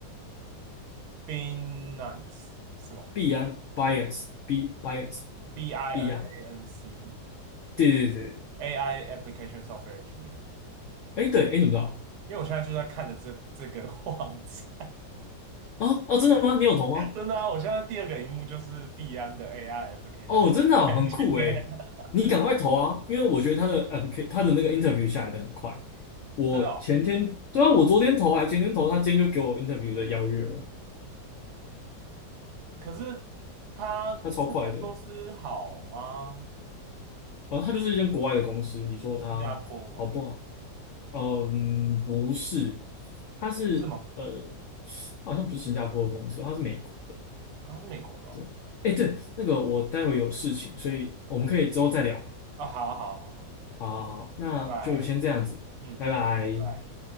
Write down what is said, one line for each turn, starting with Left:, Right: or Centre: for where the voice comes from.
Right: ？Binance 是吗？
Left: 币安 Binance B Binance
Right: B I
Left: 币安，
Right: N A N C E
Left: 对对对，
Right: AI Application Software Engineer 啊
Left: 哎对，哎你们知道
Right: 因为我现在就在看着这这个 <laughs> 网站，
Left: 啊？哦，真的吗？你有投吗？
Right: <laughs> 真的啊，我现在第二个荧幕就是币安的 AI Application
Left: 哦，
Right: Software
Left: 真的啊很酷哎，
Right: Engineer，
Left: 你赶快投啊，因为我觉得他的 a p 他的那个 interview 下来的很快，我前天对啊，
Right: <laughs> 真的哦。
Left: 我昨天投还前天投，他今天就给我 interview 的邀约了，
Right: 可是他这间公司好吗？
Left: 他超快的，然后他就是一间国外的公司，你说他。
Right: 新加坡吗？
Left: 好不好？嗯，不是，他是呃，
Right: 是吗？
Left: 好像不是新加坡的公司，他是美国的。
Right: 啊它是美国的哦。
Left: 对，哎，对，那个我待会有事情，所以我们可以之后再聊。
Right: 哦，好啊，好啊，好啊，
Left: 好，那就先这样子，
Right: 拜拜，嗯。
Left: 拜拜。
Right: 拜拜。